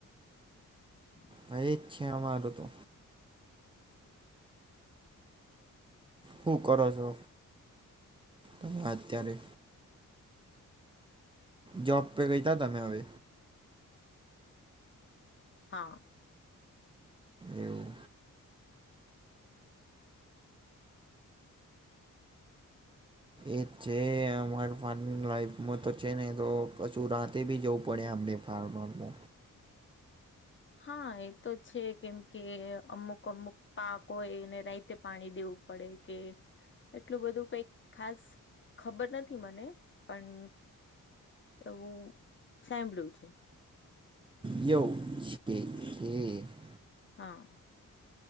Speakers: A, on the left; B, on the right.
A: હમ.
B: હ, એ જ છે, અમારું તો. હું કરો છો? અને અત્યારે જોબ પે ગયાતા, તમે હવે.
A: હા.
B: એવું. એ છે, અમાર ફાર્મિંગ લાઈફમાં તો છે ને, તો કશું રાતે બી જવું પડે અમણે. પાર મારબો.
A: હા, એ તો છે, કેમ કે અમુક-અમુક પાક હોય, એને રઈતે પાણી દેવું પડે કે, એટલું બધું કઈક ખાસ ખબર નથી, મને પણ એવું સાંભળ્યું છે.
B: છે છે <unintelligible>
A: હા.